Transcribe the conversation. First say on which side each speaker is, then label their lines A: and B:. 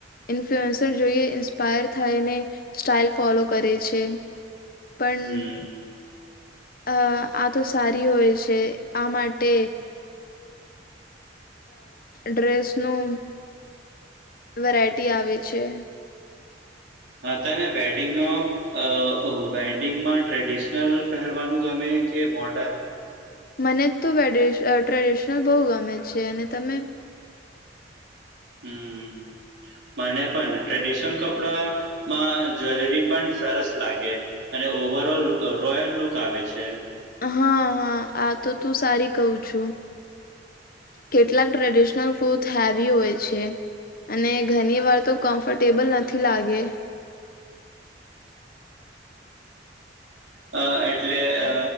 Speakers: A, on the left; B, on the right.
A: ઇન્ફ્લુઅન્સર જોઈએ ઇન્સ્પાયર થાયને સ્ટાઇલ ફોલો કરે છે. પણ
B: હમ.
A: અ આ તો સારી હોય છે આ માટે ડ્રેસનું વેરાયટી આવે છે.
B: તને વેડિંગ ન વેડિંગમાં ટ્રેડિશનલ પહેરવાનું ગમે કે મોડન
A: મને તો ટ્રેડિશનલ બહુ ગમે છે અને તમે
B: હમ. મને પણ ટ્રેડિશનલ કપડામાં જ્વેલરી પણ સરસ લાગે અને ઓવરઓલ રોયલ લુક આવે છે.
A: હા હા આ તો તું સારી કહું છું કેટલાક ટ્રેડિશનલ કૂથ હેવી હોય છે. અને ઘણી વાર તો કમ્ફર્ટેબલ નથી લાગે
B: હ એટલે અ